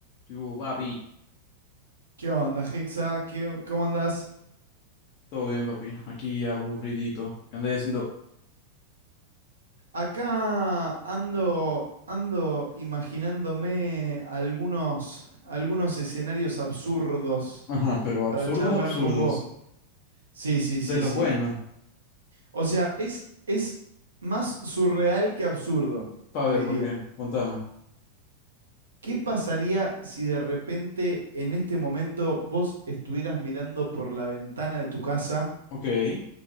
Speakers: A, on the left (about 40°); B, on the right (about 70°).
A: ¡Qué Yo, papi,
B: ¿Qué onda, Hexa? ¿Qué, cómo andás?
A: todo bien, papi. Aquí aburridito. ¿Qué andáis haciendo?
B: Acá ando, ando imaginándome algunos, algunos escenarios absurdos
A: Ajá, pero absurdos,
B: para charlar
A: absurdos.
B: con vos. Sí, sí,
A: De
B: sí,
A: los
B: sí.
A: buenos.
B: O sea, es, es más surreal que absurdo,
A: Pa' ver,
B: te diría.
A: ¿por qué? Contame.
B: ¿Qué pasaría si de repente en este momento vos estuvieras mirando por la ventana de tu casa
A: Ok.